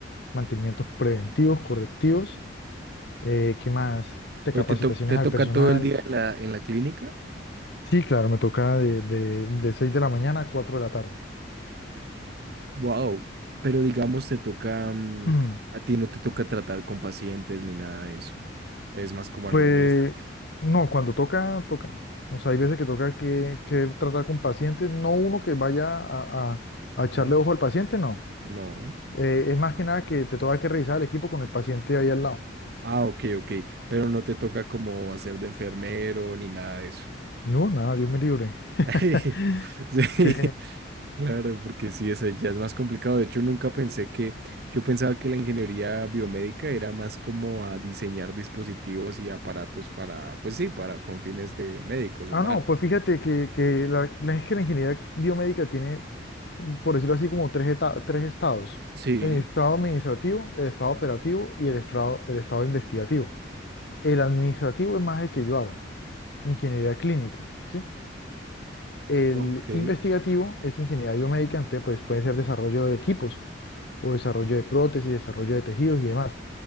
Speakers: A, on the left; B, on the right.
A: mantenimientos preventivos, correctivos eh, ¿qué más? De
B: ¿Pero
A: capacitaciones
B: te, to- te
A: al
B: toca
A: personal.
B: todo el día en la, en la clínica?
A: Sí, claro, me toca de, de, de 6 de la mañana a 4 de la tarde. <clears throat>
B: Wow, pero digamos te toca, mm,
A: Mm,
B: a ti no te toca tratar con pacientes ni nada de eso. Es más como algo
A: Pues
B: administrativo.
A: no, cuando toca, toca. O sea, hay veces que toca que, que tratar con pacientes, no uno que vaya a, a- a
B: Ajá,
A: echarle ojo al paciente, no.
B: no.
A: Eh, es más que nada que te toca que revisar el equipo con el paciente ahí al lado.
B: Ah, ok, ok, pero no te toca como hacer de enfermero ni nada de eso.
A: No, nada, Dios me libre. <laughs>
B: <laughs> Sí,
A: Sí,
B: claro, porque sí, eso ya es más complicado. De hecho, nunca pensé que, yo pensaba que la ingeniería biomédica era más como a diseñar dispositivos y aparatos para, pues sí, para con fines de médicos
A: Ah,
B: humanos.
A: no, pues fíjate que, que la, la es que la ingeniería biomédica tiene, mm, por decirlo así, como tres, eta- tres estados.
B: Sí,
A: El estado administrativo, el estado operativo y el estado, el estado investigativo. El administrativo es más el que yo hago, ingeniería clínica, ¿sí? El
B: ok.
A: investigativo es ingeniería biomédica, entonces pues, puede ser desarrollo de equipos o desarrollo de prótesis, desarrollo de tejidos y demás.